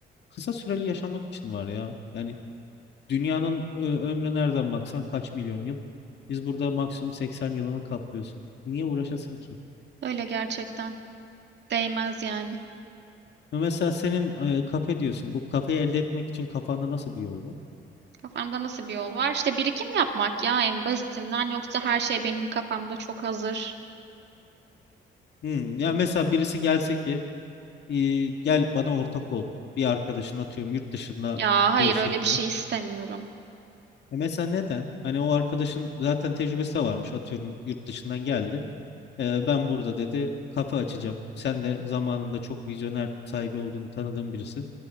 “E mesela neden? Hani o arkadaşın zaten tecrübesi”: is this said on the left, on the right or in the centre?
Left